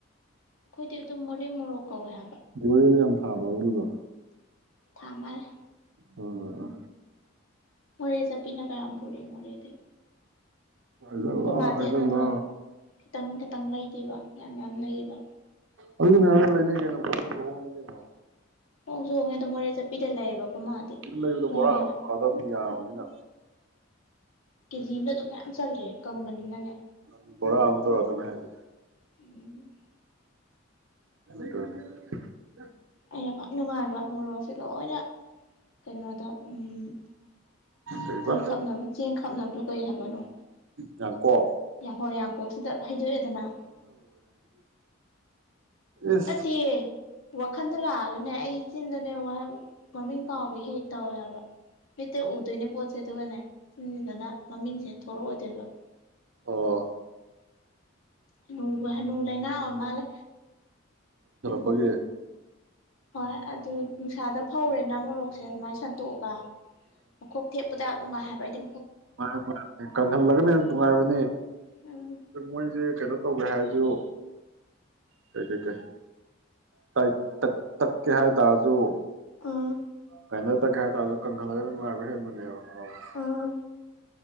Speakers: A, on the left; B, on the right.
A: ꯑꯩꯈꯣꯏꯗꯤ ꯑꯗꯨꯝ ꯃꯣꯔꯦ ꯃꯣꯔꯣꯛ ꯀꯧꯋꯦ ꯍꯥꯏ
B: ꯃꯣꯔꯦꯗ ꯌꯥꯝ ꯊꯥꯕ꯭ꯔꯕ ꯑꯗꯨꯗꯣ
A: ꯊꯃꯂꯦ
B: ꯑꯣ ꯍ ꯑ
A: ꯃꯣꯔꯦ ꯆꯠꯄꯤꯅꯀ ꯌꯝ ꯄꯨꯔꯛꯑꯦ ꯃꯣꯔꯦꯗꯒꯤ
B: ꯍꯥꯏꯖꯜꯂꯣ
A: ꯑꯈꫭꯏ ꯃꯥꯗꯤ
B: ꯍꯥꯏꯖꯜꯂꯣ
A: ꯑꯗꯨꯗꯣ ꯈꯤꯇꯪ ꯈꯤꯇꯪ ꯂꯩꯗꯦꯕ ꯌꯥꯝ ꯌꯥꯝ ꯂꯩꯌꯦꯕ
B: ꯑꯗꯨꯗꯤ ꯃꯌꯥꯝ ꯑꯃ ꯂꯩꯅꯩ ꯀꯩꯅꯣ ꯍꯣꯡꯁꯨ ꯍꯣꯡꯉꯤ ꯀꯩꯅꯣ
A: ꯍꯣꯡꯁꯨ ꯍꯣꯡꯉꯦꯗ ꯃꯣꯔꯦ ꯆꯠꯄꯤꯗ ꯂꯩꯌꯦꯕ ꯑꯩꯈꯣꯏ ꯃꯥꯗꯤ
B: ꯂꯩꯕꯗꯣ
A: ꯍꯣꯡꯉꯦꯅ
B: ꯕꯣꯔꯥꯥꯗꯕꯅꯤ ꯌꯥꯕꯅꯤꯅ
A: ꯀꯦꯖꯤꯃꯅ ꯗꯨꯝ ꯃꯌꯥꯝ ꯆꯜꯂꯦ ꯀꯪꯕꯅꯤꯅ ꯅꯦ
B: ꯕꯣꯔꯥ ꯑꯃ ꯇꯧꯔꯛꯑꯗꯕꯅꯦ ꯍꯥꯏꯁꯦ
A: ꯎꯝ
B: <unintelligible>
A: ꯑꯩꯅꯀꯣ ꯅꯨꯡꯉꯥꯏꯕ ꯃꯣꯔꯣꯛ ꯂꯣꯏꯅ ꯀꯩꯅꯣꯗ ꯎꯝ
B: ꯀꯔꯤꯕ
A: ꯆꯦꯡ ꯈꯞꯅ ꯆꯦꯡ ꯈꯞꯅꯕꯗꯣ ꯀꯩ ꯍꯥꯏꯕꯅꯣ
B: ꯌꯥꯡꯀꯣꯛ
A: ꯌꯥꯡ ꯍꯣꯏ ꯌꯥꯡ ꯀꯣꯛꯁꯤꯗ ꯍꯩꯗꯣꯛꯑꯦꯗꯅ
B: ꯏꯁꯁ
A: ꯅꯠꯇꯤꯌꯦ ꯋꯥꯈꯟꯗ ꯂꯥꯛꯑꯒꯅꯦ ꯑꯩ ꯏꯆꯤꯟꯗꯅꯦ ꯋꯥꯍꯩ ꯃꯃꯤꯡ ꯀꯥꯎꯕꯤ ꯍꯦꯛ ꯍꯦꯛ ꯇꯧꯋꯦ ꯍꯥꯏꯕ ꯃꯤꯠꯇ ꯎꯗꯣꯏꯅꯦ ꯄꯣꯠ ꯁꯦ ꯑꯗꯨꯒꯅꯦ ꯆꯤꯟꯁꯤꯗꯅ ꯃꯃꯤꯡꯁꯦ ꯊꯣꯔꯛꯑꯣꯏꯗꯣꯏꯕ
B: ꯑꯣ
A: ꯨ ꯍꯅꯨꯕ ꯍꯅꯨ ꯂꯩꯅ ꯑꫭꯏꯔ ꯃꯥꯜꯂꯦ
B: ꯐꯒꯤ
A: ꯍꯣꯏ ꯑꯗꯨ ꯅꯨꯡꯁꯥꯗ ꯐꯧꯔꯦꯅ ꯃꯣꯔꯣꯛꯁꯦ ꯑꯗꯨꯃꯥꯏ ꯁꯟꯇꯣꯛꯑꯒ ꯃꯈꯣꯛ ꯊꯠꯄꯗ ꯅꯨꯡꯉ ꯍꯥꯏ ꯍꯥꯏꯕꯗꯤ
B: ꯃꯥꯅꯤ ꯃꯥꯅꯦ ꯀꯪꯍꯜꯂꯒꯅꯦ ꯅꯨꯡꯉꯥꯏꯕꯅꯦ
A: ꯎꯝ
B: ꯃꯣꯏꯁꯦ ꯀꯩꯅꯣ ꯇꯧꯒꯦ ꯍꯥꯏ ꯑꯗꯨꯣ ꯀꯩ ꯀꯩ ꯀꯩ ꯇ ꯇ ꯇꯛ ꯀ ꯍꯥꯏ ꯇꯥꯖꯣ
A: ꯎꯝ
B: ꯀꯥꯏꯩꯅꯔ ꯇꯛꯀꯦ ꯍꯥꯏ ꯇꯔꯁꯨ ꯀꯪꯈꯠꯂꯒ ꯅꯨꯡꯉꯥꯏꯕ ꯍꯦꯟꯕꯅꯦꯕ ꯑ
A: ꯎꯝ